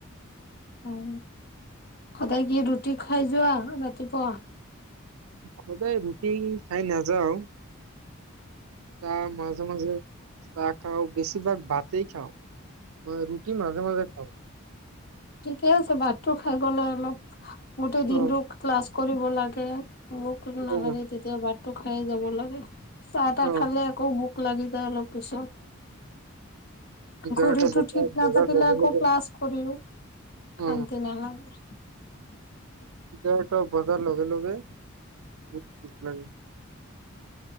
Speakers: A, on the left; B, on the right.
A: অহ সদায় কি ৰুটি খাই যোৱা নে পোৱা?
B: সদায় ৰুটি খাই নাযাওঁ। চাহ মাজে মাজে, চাহ খাওঁ। বেছিভাগ ভাতেই খাওঁ। মই ৰুটি মাজে মাজে খাওঁ।
A: ঠিকে আছে। ভাতটো খাই গ'লে অলপ গোটেই দিনটো
B: অ
A: ক্লাছ কৰিব লাগে। ভোক নালাগে
B: অ
A: তেতিয়া টো খাই যাব লাগে। চাহ টা
B: অ
A: খালে আকৌ বু লাগি যায় অলপ। পিছত
B: এঘাৰটা
A: ঘড়ীটো
B: বজাৰ
A: ঠিক
B: বজাৰ
A: নাথাকিলে
B: লগে
A: আকৌ
B: লগে
A: ক্লাছ কৰি
B: অ
A: কান্তে না <unintelligible>
B: এঘাৰটা বজাৰ লগে লগে বহুত ভোক লাগে।